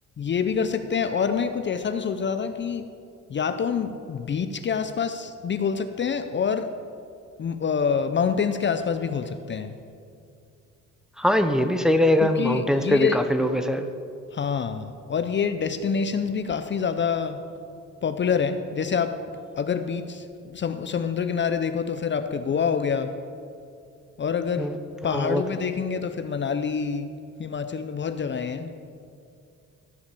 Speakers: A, on the left; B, in the centre.
A: ये भी कर सकते हैं और मैं कुछ ऐसा भी सोच रहा था कि या तो हम बीच के आसपास भी खोल सकते हैं और माउंटेन्स के आसपास भी खोल सकते हैं
B: हाँ ये भी सही रहेगा
A: क्योंकि
B: माउंटेन्स
A: ये
B: पे भी काफी लोग ऐसे
A: हाँ और ये डेस्टिनेशंस भी काफ़ी ज़्यादा पॉपुलर हैं जैसे आप अगर बीच सम, समुद्र किनारे देखो तो फिर आपके गोवा हो गया और अगर
B: हम्म,
A: पहाड़ों
B: हाँ वो तो-
A: पे देखेंगे तो फिर मनाली हिमाचल में बहुत जगहें हैं